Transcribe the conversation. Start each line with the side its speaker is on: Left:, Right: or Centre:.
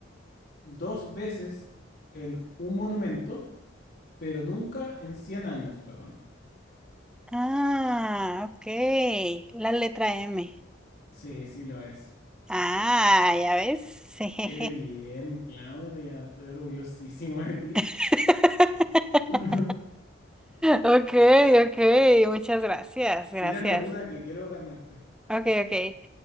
Left: dos veces en un monumento, pero nunca en 100 años, perdón.
Centre: Ah, ok. La letra M.
Left: Sí, sí lo es.
Centre: Ah, ya ves.
Left: Qué bien, Claudia, estoy orgullosísimo de ti.
Centre: <laughs>
Left: <laughs>
Centre: Okay, okay, muchas gracias, gracias.
Left: Tírame una que quiero ganarte.
Centre: Okay, okay.